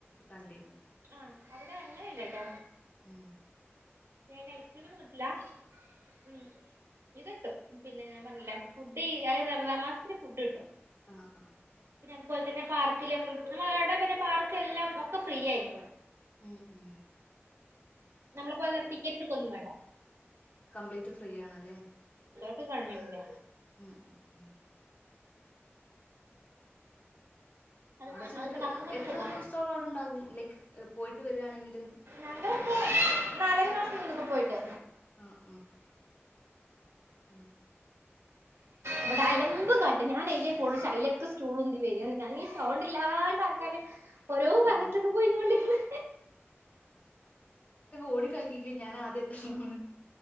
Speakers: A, on the left; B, on the right.
A: കണ്ടിരുന്നു.
B: ആ അവിടെ അങ്ങനെ ഇല്ലട്ടോ.
A: ഉം
B: <unintelligible> ഐസ്ക്രീം ഒന്നും കിട്ടില്ല. ഉം ഇത് കിട്ടും. പിന്നെ ഞാൻ പറഞ്ഞില്ലെ ഫുഡ് റമതാൻ മാസത്തിന് ഫുഡ് കിട്ടും.
A: ആ ആ
B: പിന്നെ അതുപോലെ തന്നെ പാർക്കിലേക്കും എവിടെ പിന്നെ പാർക്ക് എല്ലാം ഒക്കെ ഫ്രീ ആയിരിക്കും.
A: ഉം ഉം
B: നമ്മളെ പോലെ ടിക്കറ്റെടുക്കു ഒന്നും വേണ്ട.
A: കംപ്ലീറ്റ് ഫ്രീ ആണല്ലേ.
B: ഗവൺമെൻ്റിൻ്റാ
A: ഉം ഉം
B: അത്
A: അവിടെ ചെന്നിട്ട്
B: അതിന്റെ മക്കൾക്കൊക്കെ
A: എത്ര
B: സുഖാ
A: ദിവസത്തോളം അവിടെ ഉണ്ടാകും ലൈക്ക് പോയിട്ട് വരിയാണെങ്കില് <inaudible>
B: ഞങ്ങളിപ്പോ നാലര മാസം നിന്നു ഇപ്പപോയിട്ട്
A: ഉം ഉം ആ
B: ഇവിടെ അലമ്പ് കാട്ട്. ഞാൻ അയ്ലെ പോളൂ അയ്‌ലൊക്കെ സ്‌റ്റൂള് ഉന്തി വരിയാണ്. ഞാൻ ഈ സൗണ്ട് ഇല്ലാണ്ട് ആക്കാന് ഓരോ ഭാഗത്തേക്ക്
A: ആ
B: പോയിങ്ങോണ്ട് ഇരിക്കണ്
A: ഓടികളിക്കക്കെ ഞാൻ ആദ്യ എത്തണന്ന്